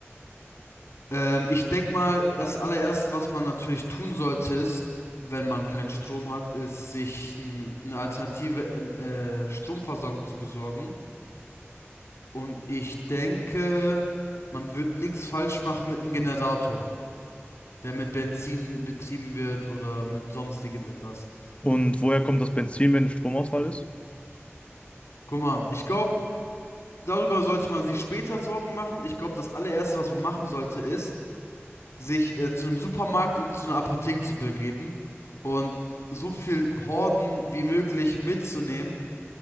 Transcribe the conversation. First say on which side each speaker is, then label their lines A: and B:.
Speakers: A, on the left (about 80°); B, on the left (about 25°).
A: Ähm, ich denke mal, das allererste, was man natürlich tun sollte, ist, wenn man keinen Strom hat, ist, sich n- eine alternative en- äh, Stromversorgung zu besorgen. Und ich denke, man wird nichts falsch machen mit einem Generator, der mit Benzin betrieben wird oder mit sonstigem etwas.
B: Und woher kommt das Benzin, wenn Stromausfall ist?
A: Guck mal, ich glaube, darüber sollte man sich später Sorgen machen. Ich glaube, das allererste, was man machen sollte, ist, sich äh, zu einem Supermarkt und zu einer Apotheke zu begeben und so viel Horden wie möglich mitzunehmen